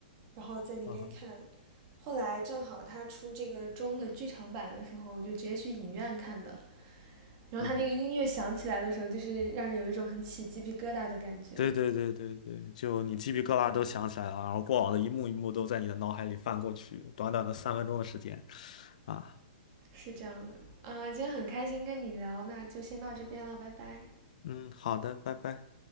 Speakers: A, on the right (about 30°); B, on the left (about 50°).
A: 然后在那边看，
B: 嗯哼，
A: 后来正好他出这个中的剧场版的时候，我就直接去影院看的，然后他那个音乐响起来的时候，
B: 嗯哼，
A: 就是让人有一种很起鸡皮疙瘩的感觉，
B: 对对对对对，就你鸡皮疙瘩都想起来了，然后过往的一幕一幕都在你的脑海里翻过去，短短的三分钟的时间啊，
A: 是这样的，啊、今天很开心跟你聊，那就先到这边了，拜拜。
B: 嗯，好的，拜拜。